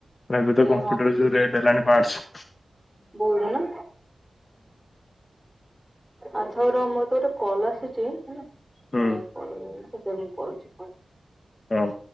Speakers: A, on the left; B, in the centre.
A: ଏବେ ତ
B: ଏ
A: କମ୍ପ୍ୟୁଟର ଯୋଉ ରେଟ୍ ହେଲାଣି ପାଠଶ
B: ବହୁଦ ନା ଆଚଛୋର ମର ତ ଗୋଟେ କଲ ଆସୁଛି।
A: ହୁଁ
B: ହଁ କ ମୁଁ କରୁଛି କଣ
A: ହଁ